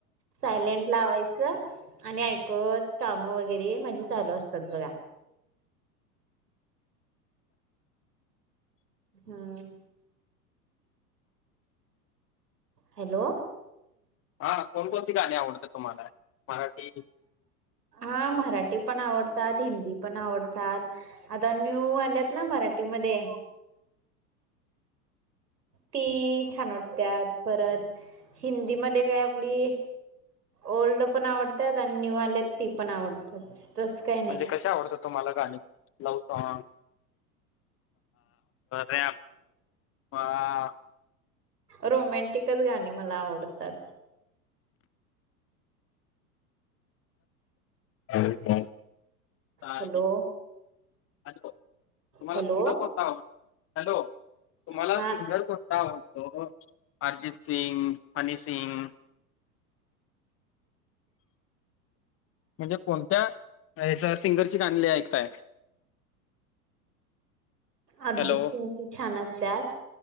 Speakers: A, on the right; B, on the left.
A: सायलेंट लावायचं आणि ऐकवत काम वगैरे म्हणजे चालू असतात बघा. हम्म. हॅलो
B: हा कोणकोणती गाणी आवडतात तुम्हाला? मराठी
A: हा मराठी पण आवडतात, हिंदी पण आवडतात. आता न्यू आलेत ना मराठी मध्ये? ती छान वाटत्यात परत हिंदी मध्ये बी आपली ओल्ड पण आवडतात आणि न्यू आल्यात ती पण आवडतात. तस काही नाही
B: म्हणजे कसे आवडतात तुम्हाला गाणी लव सॉग? रॅम <inaudible> <unintelligible>
A: रोमॅंटिकच गाणी मला आवडतात.
B: आणि काय
A: हॅलो
B: <inaudible> तुम्हाला
A: हॅलो
B: सिंगर कोणता आवडतो हॅलो तुम्हाला
A: हा
B: सिंगर कोणता आवडतो हो अरिजीत सिंग, हनी सिंग म्हणजे कोणत्या हेच सिंगरची गाणी लय ऐकताय
A: अरजित
B: हॅलो
A: सिंगची छान असत्यात